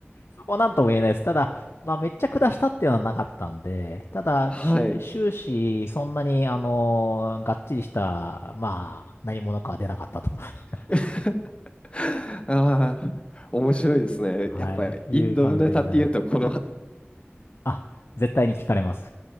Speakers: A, on the left (about 75°); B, on the left (about 25°).
A: そこはなんとも言えないです。ただ、まあ、めっちゃ下したっていうのはなかったんで、ただ、
B: はい。
A: し終始、そんなに、あのーがっちりした、まあ、何者かは出なかったと、<laughs>
B: <laughs> ああ、面白いですね。
A: はい、
B: やっぱインドネタっていうと、
A: いう感じでございます。
B: この
A: あ、絶対に聞かれます。